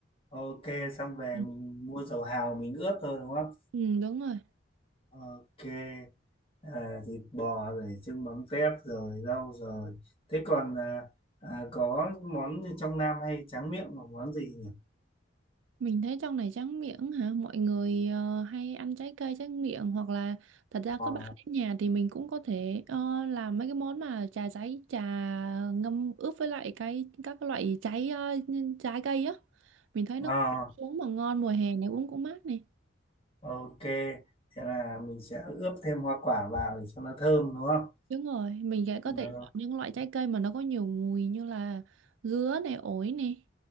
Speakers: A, on the left (about 30°); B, on the right (about 75°).
A: Ok, xong về
B: Ừ.
A: mình mua dầu hào mình ướp thôi đúng không?
B: Ừ, đúng rồi.
A: Ok, à, thịt bò rồi trứng mắm tép rồi rau rồi. Thế còn à, à, có món gì trong Nam hay tráng miệng là món gì nhỉ?
B: Mình thấy trong này tráng miệng hả? Mọi người ờ, hay ăn trái cây tráng miệng hoặc là thật ra
A: Ờ,
B: có bạn đến nhà thì mình cũng có thể ờ, làm mấy cái món mà trà giấy, trà ngâm ướp với lại cái các cái loại trái ờ, trái cây á. Mình thấy
A: ờ,
B: nó cũng uống mà ngon mùa hè này uống cũng mát này.
A: ok, thế là mình sẽ ướp thêm hoa quả vào để cho nó thơm đúng không?
B: Đúng rồi, mình sẽ có thể
A: Ờ,
B: chọn những loại trái cây mà nó có nhiều mùi như là dứa này, ổi này.